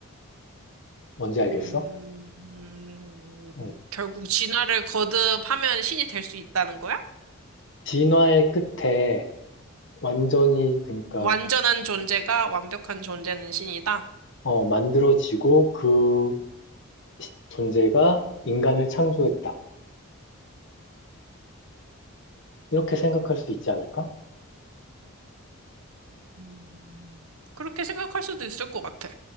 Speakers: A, on the left; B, on the right.
A: 뭔지 알겠어?
B: 음, 음,
A: 응.
B: 결국 진화를 거듭하면 신이 될 수 있다는 거야?
A: 진화의 끝에 완전히, 그러니까,
B: 완전한 존재가 완벽한 존재는 신이다?
A: 어, 만들어지고 그 시- 존재가 인간을 창조했다. 이렇게 생각할 수 있지 않을까?
B: 음, 그렇게 생각할 수도 있을 것 같아.